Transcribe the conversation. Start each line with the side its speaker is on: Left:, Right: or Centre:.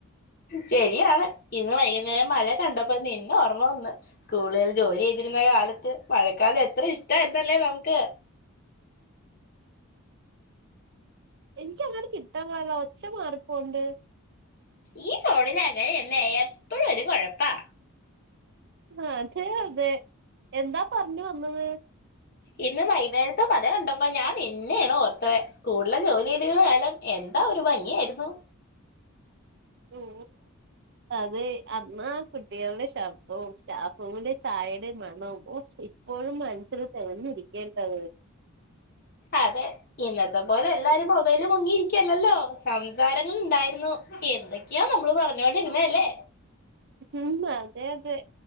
Left: ശരിയാണ് ഇന്ന് വൈകുന്നേരം മഴ കണ്ടപ്പോ നിന്ന ഓർമ്മ വന്ന് സ്കൂളുകിൽ ജോലി ചെയ്തിരുന്ന കാലത്ത് മഴക്കാലം എത്ര ഇഷ്ടായിരുന്നല്ലേ നമുക്ക്.
Right: എനിക്ക അങ്ങട്ട് കിട്ടാണിലാല്ലോ ഒച്ച മാറിപ്പോണൊണ്ട്.
Left: ഈ കോഡിന അങ്ങനെന്നാ എപ്പോഴും ഒരു കുഴപ്പാ.
Right: ആതെ അതെ എന്താ പറഞ്ഞു വന്നത്
Left: ഇന്ന് വൈകുന്നേരത്ത് മഴകണ്ടപ്പ ഞാൻ പിന്നെയാണ് ഓർത്തത് സ്കൂളിലെ ജോലി ചെയ്തി കാലം എന്താ ഒരു ഭംഗിയായിരുന്നു.
Right: ഓ അത് അന്നാ കുട്ടികളുടെ ശബദവും സ്റ്റാഫ്റൂമിലെ ചായയുടെ മണവും ഒ ഇപ്പോഴും മനസ്സിൽ തെരഞ്ഞിരിക്കേണ്ടേ
Left: അതെ ഇന്നത്തെ പോലെ എല്ലാരും മൊബൈല മുങ്ങിയിരിക്കല്ലല്ലോ സംസാരങ്ങളുണ്ടായിരുന്നു എന്തൊക്കെയാ നമ്മള് പറഞ്ഞോണ്ടിരുന്നല്ലേ.
Right: ഉം അതെ അതെ